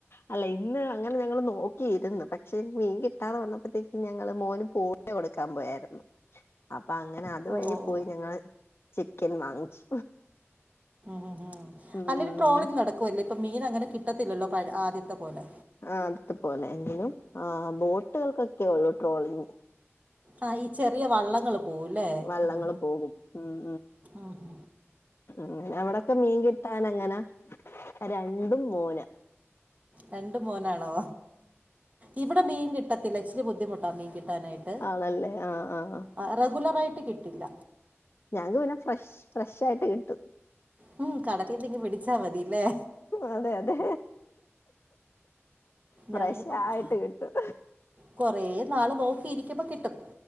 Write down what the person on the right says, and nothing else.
ഓ ഓ
ഓ.
മ്
അല്ലെങ്കിൽ ട്രോളിങ് നടക്കുവല്ലേ ഇപ്പൊ മീൻ അങ്ങനെ കിട്ടത്തില്ലല്ലോ പ ആദ്യത്തെ പോലെ
ആ ഈ ചെറിയ വള്ളങ്ങൾ പോവുല്ലേ
ഉ
ഉ ഹ
രണ്ടും മോനാണോ? ഇവിടെ മീൻ കിട്ടത്തില്ല ഇച്ചിരി ബുദ്ധിമുട്ടാ മീൻ കിട്ടാനായിട്ട്
ആ റെഗുലറായിട്ട് കിട്ടില്ല.
മ് കടലിന്നിങ് പിടിച്ച മതി. അല്ലേ
ഞങ്ങൾക്ക്
കുറേ നാള് നോക്കിയിരിക്കുമ്പോ കിട്ടും.